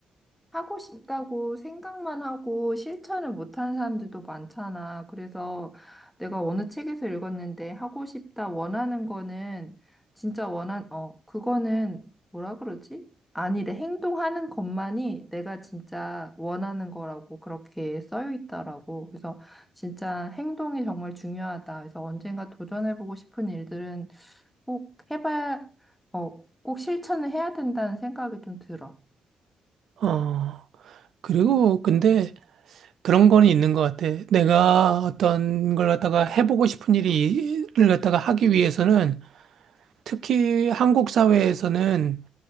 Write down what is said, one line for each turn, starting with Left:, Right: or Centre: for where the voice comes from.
Centre: 하고 싶다고 생각만 하고 실천을 못하는 사람들도 많잖아. 그래서 내가 어느 책에서 읽었는데 하고 싶다 원하는 거는 진짜 원한 어 그거는 뭐라 그러지? 아니래. 행동하는 것만이 내가 진짜 원하는 거라고 그렇게 써여 있더라고. 그래서 진짜 행동이 정말 중요하다. 그래서 언젠가 도전해보고 싶은 일들은 꼭 해봐야 어 꼭 실천을 해야 된다는 생각이 좀 들어.
Right: 어, 그리고 근데 그런 거는 있는 것 같아. 내가 어떤 걸 갖다가 해보고 싶은 일을 갖다가 하기 위해서는 특히 한국 사회에서는